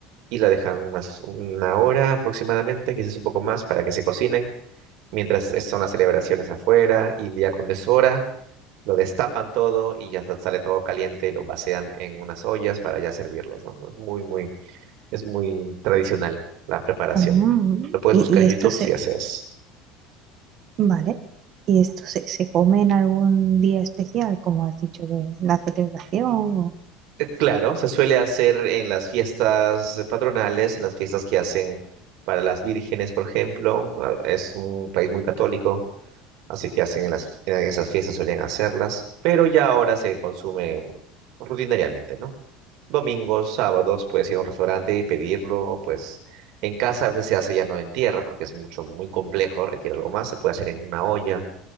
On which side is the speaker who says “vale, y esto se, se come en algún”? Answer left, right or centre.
Right